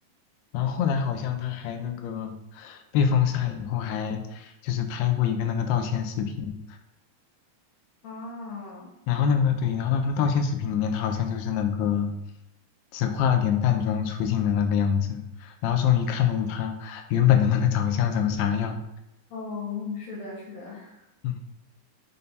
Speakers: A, on the left; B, on the left.
A: 然后后来好像他还那个被封杀以后，还就是拍过一个那个道歉视频。
B: 啊，
A: 然后那个对，然后那个道歉视频里面，他好像就是那个只化了点淡妆出镜的那个样子，然后终于看到了他原本的那个长相长啥样。
B: 哦，是的，是的。<laughs>
A: 嗯。